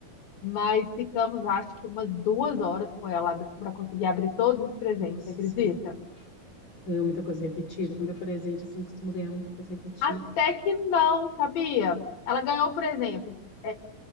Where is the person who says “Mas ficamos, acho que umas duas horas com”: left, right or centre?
Left